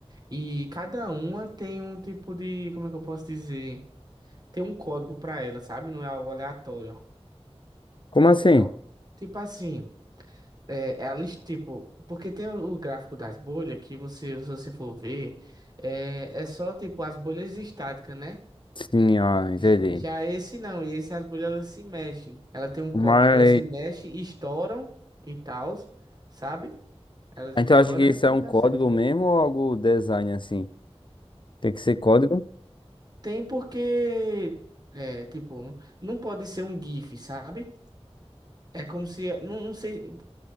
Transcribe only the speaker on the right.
E cada uma tem um tipo de, como é que eu posso dizer? tem um código pra ela, sabe? Não é algo aleatório.
É o- tipo assim, é, é a lista, tipo, porque tem o, o gráfico das bolhas que você, se você for ver, é, é só tipo as bolhas estáticas, né?
J- Já esse não, esse as bolhas elas se mexem. Ela tem um
código que elas se mexem, estouram e tal, sabe? Elas
estouram
e
tá
certo.
Tem porque, é, tipo, não pode ser um GIF, sabe? É como se. Não, não sei.